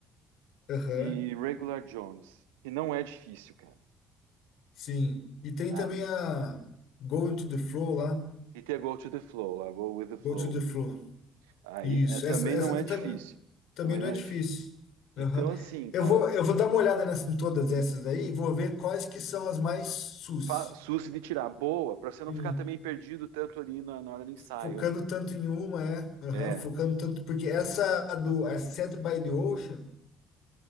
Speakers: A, on the left (about 60°); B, on the right (about 75°).
A: Aham,
B: e Regular Jones, que não é difícil, cara,
A: sim. E tem
B: tá?
A: também a Going to the Flow lá.
B: E tem a Go to the Flow, lá, Go with the Flow.
A: Go to the floor.
B: Aí
A: Isso.
B: é, também
A: Essa, essa
B: não
A: da
B: é
A: tam-
B: difícil.
A: também
B: Também
A: não
B: não
A: é difícil.
B: é difícil. Então,
A: Aham.
B: assim, cara,
A: Eu vou, eu vou dar uma olhada nessa, em todas essas daí e vou ver quais que são as mais sus.
B: fa- suce de tirar boa, pra você não
A: Sim.
B: ficar também perdido tanto ali na, na hora do ensaio,
A: Focando
B: né?
A: tanto em uma, é. Aham,
B: É.
A: Focando tanto. Porque essa do a Set by the Ocean,